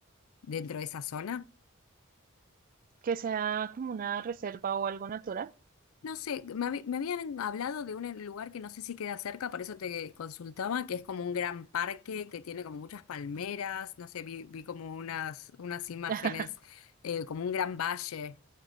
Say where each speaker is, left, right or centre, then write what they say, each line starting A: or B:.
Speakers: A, on the left (about 75°); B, on the right (about 40°).
A: dentro de esa zona?
B: Que sea como una reserva o algo natural.
A: No sé, me, habi- me habían hablado de un eh, lugar que no sé si queda cerca, por eso te consultaba, que es como un gran parque que tiene como muchas palmeras, no sé, vi, vi como unas, unas imágenes,
B: <laughs>
A: eh, como un gran valle,